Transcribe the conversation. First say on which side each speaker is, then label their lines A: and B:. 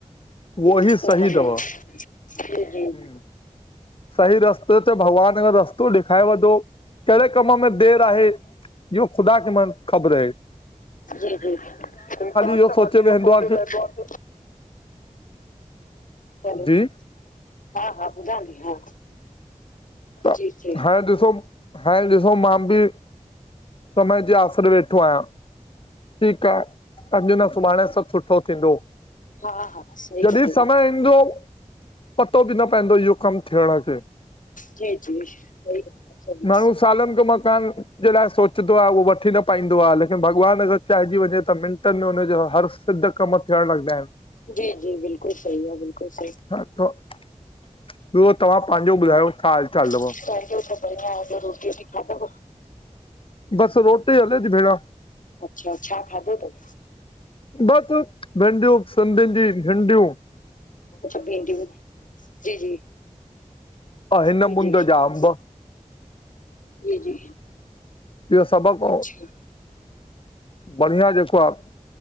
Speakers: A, on the left (about 45°); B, on the left (about 80°).
A: वह
B: जी,
A: ही
B: पोइ
A: सही
B: मनो
A: दवा हं।
B: जी जी
A: सही रस्ते तो भॻवान यो रस्तो ॾेखाए बडो। केहड़े कम में देर आहे इहो ख़ुदा खे मन ख़बर हे।
B: जी जी इ त
A: इहो सोचे
B: ख़ाली य
A: वेहंदो
B: <unintelligible>
A: आहे की
B: चलो
A: जी।
B: हा हा ॿुधा नी हा।
A: त
B: जी जी
A: हाणे ॾिसो हाणे ॾिसो मां बि। समय जे आसिरु वेठो आहियां। ठीक आ अंजुन सुभाणे सभ सुठो थींदो।
B: हा हा सही
A: जॾहिं
B: ॻाल्हि
A: समय
B: आहे
A: ईंदो पतो बि न पवेंदो इहो कम थियण खे।
B: जय <unintelligible> सही आह सही।
A: माण्हू सालनि खां मां <unintelligible> जे लाइ सोच पचंदो आह, उहो वठी न पाईंदो आ लेकिन भॻवान अगरि चाहिजी वञे त मिंटनि में हुनजो हर सिध कम थियण लॻंदा आहिन।
B: जी, जी बिल्कुलु सही आ, बिल्कुलु सही।
A: <unintelligible> ॿियो तव्हां पांझो ॿुधायो? छा हाल चाल?
B: <unintelligible>
A: तव? बस रोटी हले ती भेण।
B: अच्छा, छा खाधो थव?
A: बसि भिंॾयूं सिंधियुनि जी भिॾयूं।
B: अच्छा, भिनॾयू जी जी
A: ऐं हिन
B: जी जी।
A: मुंद जा अंब
B: जी, जी।
A: इहो सबक़
B: अच्छा
A: हो। बढ़िया जेको आ,